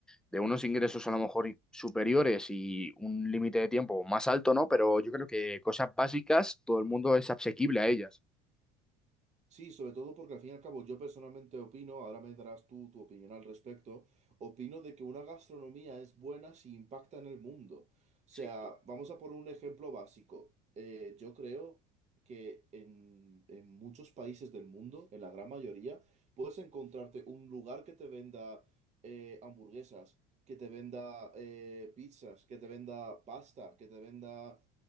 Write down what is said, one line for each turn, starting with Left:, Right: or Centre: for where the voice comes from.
Centre: de unos ingresos a lo mejor superiores y un límite de tiempo más alto, ¿no? Pero yo creo que cosas básicas, todo el mundo es asequible a ellas.
Right: Sí, sobre todo porque al fin y al cabo yo personalmente opino, ahora me darás tú tu opinión al respecto, opino de que una gastronomía es buena si impacta en el mundo. O sea,
Centre: Sí,
Right: vamos a poner un ejemplo básico. Eh, yo creo que en, en muchos países del mundo, en la gran mayoría, puedes encontrarte un lugar que te venda eh, hamburguesas, que te venda eh, pizzas, que te venda pasta, que te venda